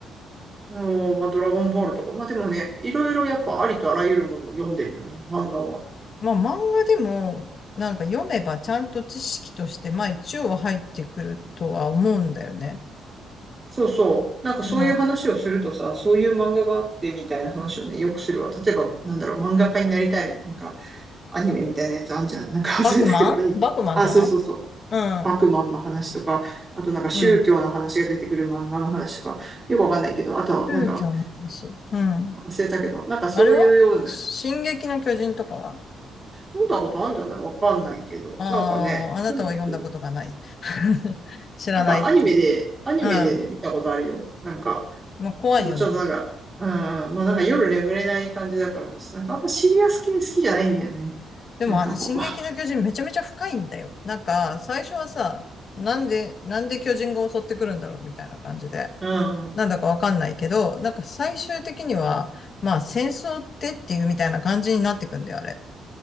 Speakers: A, on the right; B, on the left.
A: うん、まあドラゴンボールとか、まあでもね、いろいろやっぱありとあらゆるものを読んでるよね、漫画は。
B: まあ漫画でも、なんか読めばちゃんと知識として、まあ一応は入ってくるとは思うんだよね。
A: そうそう。なんかそういう話をするとさ、
B: うん。
A: そういう漫画があってみたいな話をね、よくするわ。例えば、なんだろう、漫画家になりたい、なんかアニメみたいなやつあんじゃん。なんか忘れたけど、
B: バクマンバクマンじゃない
A: アニメ。あ、そうそうそう。
B: うん。
A: バクマンの話とか、あとなんか宗教の話が出てくる漫画の話とか、
B: うん。
A: よくわかんないけど、あとはなんか
B: 宗教の話。うん。
A: 忘れたけど、なんかそういうような、
B: あれは進撃の巨人とかは
A: 読んだことあるんじゃないわかんないけど。
B: ああー、
A: なんかね、
B: あなたは読んだことがない。
A: とにかく、
B: <laughs> 知らない。
A: なんかアニメで、
B: うん。
A: アニメで見たことあるよ。
B: ま
A: なんか、
B: あ怖いよね。
A: ただちょっとなんか、うん、まあなんか夜眠れない感じだから、なんかあんまシリアス系好きじゃないんだよね。
B: でもあの、
A: なんかこ
B: 進撃の巨人めちゃめちゃ深いんだよ。なんか、最初はさ、なんで、なんで巨人が襲ってくるんだろうみたいな感じで。
A: う。うん、
B: なんだかわかんないけど、なんか最終的には、まあ戦争ってっていうみたいな感じになってくんだよ、あれ。